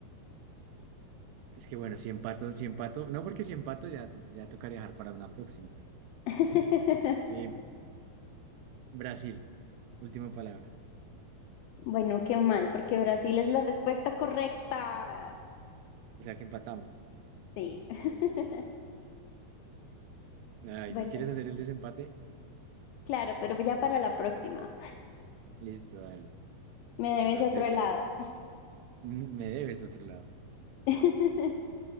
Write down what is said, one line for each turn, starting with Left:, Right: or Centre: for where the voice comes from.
Right: Es que bueno, si empato, si empato, no porque si empato ya, ya tocaría dejar para una próxima.
Left: <laughs>
Right: Eh, Brasil, última palabra.
Left: Bueno, qué mal, porque Brasil es la respuesta correcta.
Right: O sea que empatamos.
Left: Sí. <laughs>
Right: Ay,
Left: Bueno,
Right: ¿no quieres hacer el desempate?
Left: claro, pero ya para la próxima.
Right: Listo, dale.
Left: Me debes
Right: Entonces,
Left: otro helado.
Right: mm, me debes otro lado.
Left: <laughs>